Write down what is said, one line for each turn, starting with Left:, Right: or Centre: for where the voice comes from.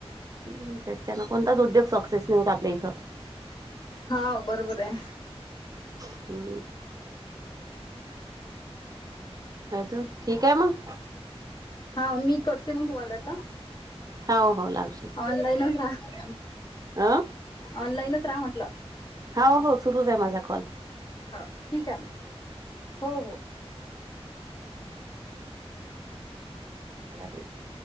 Right: ह.. त्याच्यानं कोणताच उद्योग सक्सेस नई होत आपल्या इथं
Left: हा... बरोबर ए
Right: हम्म. अजून... ठीक ए मग
Left: हाव... मी करते मग.. तुम्हाला आता
Right: हाव... हाव... लावशी
Left: ऑनलाईनच राहा...
Right: अ
Left: ऑनलाईनच राहा म्हटलं
Right: हा... हो... सुरूच ए... माझा कॉल
Left: हं... ठीक ए मग... हो हो.
Right: <unintelligible>